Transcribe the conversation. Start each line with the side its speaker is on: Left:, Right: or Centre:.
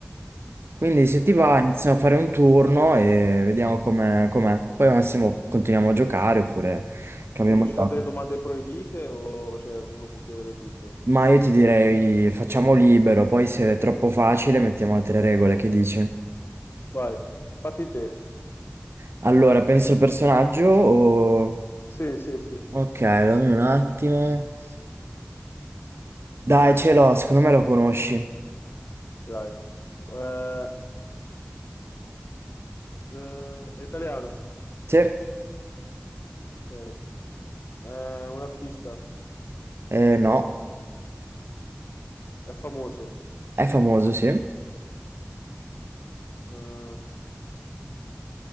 Right: Quindi se ti
Left: perfetto.
Right: va iniziamo a fare un turno e vediamo com'è, com'è. Poi al massimo continuiamo a giocare oppure cambiamo
Left: E ci
Right: gioco.
Left: sono delle domande proibite o cioè, uno può chiedere tutto?
Right: Ma io ti direi facciamo libero, poi se è troppo facile mettiamo altre regole, che dici?
Left: Vai, parti te.
Right: Allora, penso il personaggio o...
Left: Sì, sì, sì,
Right: Ok, dammi un attimo. Dai, ce l'ho, secondo me lo conosci.
Left: dai. Eh, eh, è italiano.
Right: Sì?
Left: Ok. È un artista.
Right: Eh, no.
Left: È famoso.
Right: È famoso, sì?
Left: Eh,